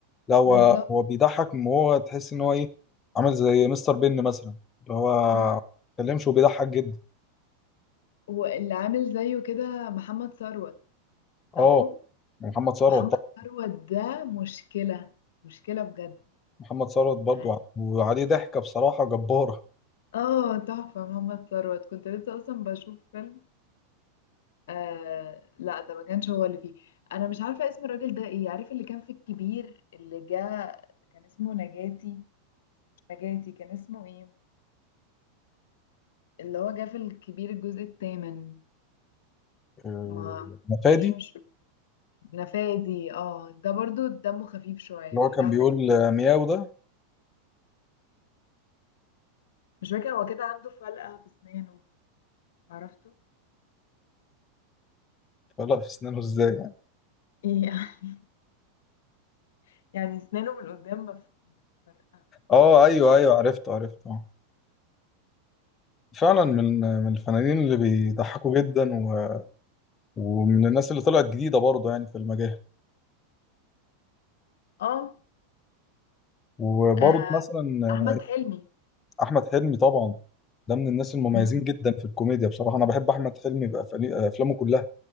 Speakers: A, on the left (about 25°); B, on the left (about 75°).
A: لا هو
B: بالظبط
A: هو بيضحك من هو تحس إن هو إيه عامل زي مستر بن مثلا اللي هو
B: امم
A: ما بيتكلمش وبيضحك جدا
B: واللي عامل زيه كده محمد ثروت
A: اه
B: عارفه
A: محمد ثروت
B: محمد
A: طبعا
B: ثروت ده مشكلة مشكلة بجد
A: محمد ثروت برضه
B: يعني
A: وعليه ضحكة بصراحة جبارة
B: اه تحفة محمد ثروت كنت لسه أصلا بشوف فيلم آه لا ده ما كانش هو اللي فيه أنا مش عارفة اسم الراجل ده ايه عارف اللي كان في الكبير اللي جه كان اسمه نجاتي مش نجاتي كان اسمه ايه اللي هو جاف الكبير الجزء الثامن
A: آه،
B: ما مم.
A: فادي
B: ايه مش نفادي اه ده برضو دمه خفيف شوية
A: اللي
B: بيضحك
A: هو كان بيقول آه، مياو ده
B: مش فاكرة هو كده عنده فلقة في اسنانه عرفته
A: فلا في سنانه ازاي يعني
B: يعني <laughs> يعني اسنانه من قدام مف- متفرقة
A: اه ايوه ايوه عرفته عرفته آه. فعلا من من الفنانين اللي بيضحكوا جدا و... ومن الناس اللي طلعت جديده برضه يعني في المجال
B: اه
A: وبرضه
B: آه،
A: مثلا
B: احمد
A: آه،
B: حلمي
A: احمد حلمي طبعا ده من الناس المميزين
B: مم.
A: جدا في الكوميديا بصراحه انا بحب احمد حلمي بأفلي- افلامه كلها